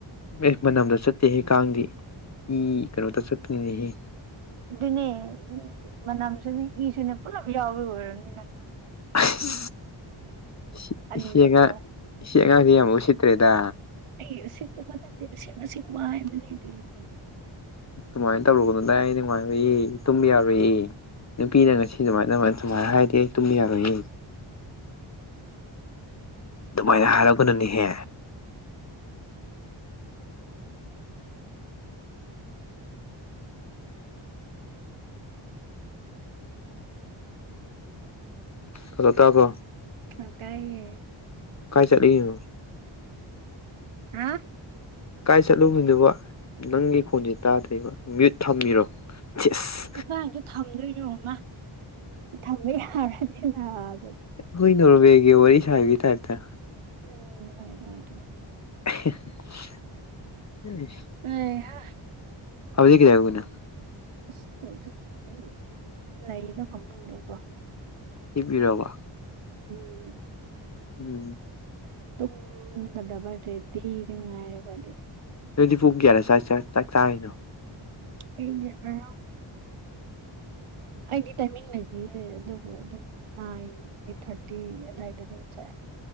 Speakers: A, on the left; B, on the right.
A: ꯑꯦ ꯃꯅꯝꯗ ꯆꯠꯇꯦꯍꯦ ꯀꯥꯡꯗꯤ ꯏ ꯀꯩꯅꯣꯗ ꯆꯠꯄꯅꯤꯅꯦꯍꯦ
B: ꯑꯗꯨꯅꯦ ꯃꯅꯝꯁꯨꯅꯤ ꯏꯁꯨꯅꯦ ꯄꯨꯂꯞ ꯌꯥꯎꯕꯩ ꯑꯣꯏꯔꯝꯅꯤ ꯅꯪ
A: ꯑꯁ ꯁꯤ
B: ꯑꯅꯤꯃꯛꯀꯣ
A: ꯁꯤ ꯑꯉꯥꯡ ꯁꯤ ꯑꯉꯥꯡꯖꯦ
B: ꯑꯗꯨꯒꯤ
A: ꯌꯥꯝ ꯎꯁꯤꯠꯇ꯭ꯔꯦꯗꯥ
B: ꯑꯩ ꯎꯁꯤꯠꯇꯕ ꯅꯠꯇꯦꯗ ꯑꯁꯦꯡ ꯑꯁꯦꯡꯕ ꯍꯥꯏꯕꯅꯦ ꯑꯗꯨꯒꯤ
A: ꯑꯗꯨꯃꯥꯏꯅ ꯇꯧꯒꯅꯨꯗ ꯑꯩ ꯅꯨꯡꯉꯥꯏꯔꯣꯏꯌꯦ ꯇꯨꯝꯕ ꯌꯥꯔꯣꯏꯌꯦ ꯅꯨꯄꯤꯅ ꯉꯁꯤ ꯑꯗꯨꯃꯥꯏꯅ ꯑꯗꯨꯃꯥꯏ ꯍꯥꯏꯔꯗꯤ ꯑꯩ ꯇꯨꯝꯕ ꯌꯥꯔꯣꯏꯌꯦ ꯑꯗꯨꯃꯥꯏꯅ ꯍꯥꯏꯔꯛꯀꯅꯨꯅꯦꯍꯦ ꯍꯜꯂꯣ ꯇꯥꯕ꯭ꯔꯣ
B: ꯑ ꯇꯥꯏꯌꯦ
A: ꯀꯥꯏ ꯆꯠꯅꯤꯡꯉꯤꯅꯣ
B: ꯍꯥ
A: ꯀꯥꯏ ꯆꯠꯂꯨꯕꯤꯅꯨꯕ ꯅꯪꯒꯤ ꯈꯣꯟꯖꯦ ꯇꯥꯗ꯭ꯔꯦꯕ ꯃ꯭ꯌꯨꯠ ꯊꯝꯃꯤꯔꯣ ꯆꯦꯁ
B: ꯀꯗꯥꯏꯗ ꯊꯝꯗꯣꯏꯅꯣ ꯃꯥ ꯊꯝꯕ ꯌꯥꯔꯗꯤ ꯅꯍꯥꯟꯅ
A: ꯍꯣꯏ ꯅꯣꯔꯃ‌ꯦꯟꯒꯤ ꯋꯥꯔꯤ ꯁꯥꯕꯩ ꯇꯥꯞꯇ ꯇ
B: <unintelligible>
A: <unintelligible>
B: ꯑꯣ
A: ꯍꯧꯗꯤ ꯀꯗꯤꯌꯥꯒꯅ
B: ꯑꯁ ꯎꯝ ꯂꯩꯌꯦꯅ ꯐꯝꯃꯟꯗ꯭ꯔꯀꯣ
A: ꯏꯤꯕꯤꯔꯕ
B: ꯎꯝ
A: ꯎꯝ
B: ꯇꯨꯝꯒꯗꯕ ꯔꯦꯗꯤꯤꯗ ꯉꯥꯏꯔꯦ ꯑꯩꯣꯏꯗꯤ
A: ꯅꯣꯏꯗꯤ ꯐꯨꯛꯒꯦꯥꯏꯅꯣ
B: ꯑꯩꯗꯤ ꯑꯔꯥꯎ ꯑꯩꯗꯤ ꯇꯥꯏꯃꯤꯡ ꯂꯩꯗꯤꯌꯦ ꯑꯗꯨꯕꯨ ꯑꯗꯨꯝ ꯑꯩꯠ ꯊꯔꯇꯤ ꯗꯗꯥꯏꯗ ꯊꯝ ꯆ